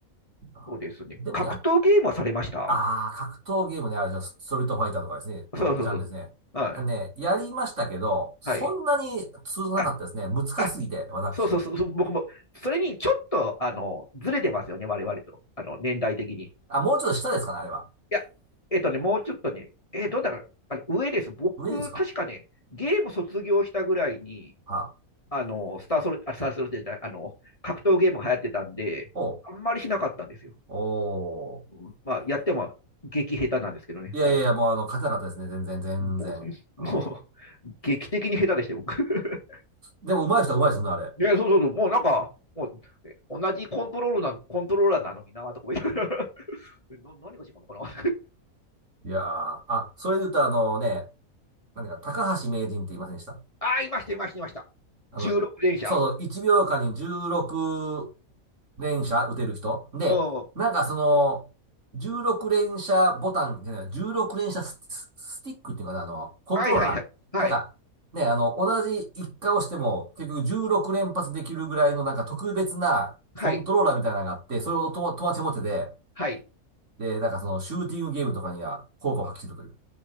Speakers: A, on the right (about 55°); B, on the left (about 20°).
A: う、あでもやっ
B: そうですね。格闘ゲームはされました
A: ああ、格闘ゲームね、あれですよ、スストリートファイターとかですね、のジャンルですね。
B: そうそうそうそう。はい。
A: あのね、やりましたけど、そんなに通じなかったですね。
B: はい。あ、
A: 難しすぎて、
B: あ、
A: 私。
B: そうそうそう、僕も、それにちょっと、あの、ずれてますよね、我々と、あの、年代的に。い
A: あ、もうちょっと下ですかね、あれは。
B: や、えっとね、もうちょっとね、えーどうだから、あの上です。僕、
A: 上ですか
B: 確かね、ゲーム卒業したぐらいに、
A: はあ。
B: あの、スターソル、あ、スターソルジャーじゃないあの、格闘ゲームが流行ってたんで、
A: おう
B: あんまりしなかったんですよ。
A: おう
B: うんまあ、やっても、激下手なんですけどね、
A: いやいやいや、
B: あ今
A: もうあの、勝てなかったですね。全然、全然。
B: うぼ
A: うん。
B: もう、劇的に下手でして、僕。<laughs>
A: でも、上手い人は上手いですね、あれ。
B: ね、そうそうそう、もうなんか、もう、え同じコントロールな、コントローラーなのにな、とか思いながら。な何が違うのかな
A: いやー。あ、それで言うと、あのね、何か、高橋名人って言いませんでした
B: <laughs> あー、いました、いました、いました。
A: あの、
B: 16連射。
A: そうそう、1秒間に16連射打てる人。
B: うん。
A: で、
B: うん
A: なんかその、16連射ボタンじゃない、16連射ス、ススティックっていうかな、あの、コントローラーなんか、
B: はいはいはい。はい。
A: ね、あの、同じ一回押しても、結局16連発できるぐらいのなんか特別なコントローラーみたいなのがあって、
B: はい。
A: それをとも友達持ってて、
B: はい。
A: で、なんかその、シューティングゲームとかには効果を発揮するという。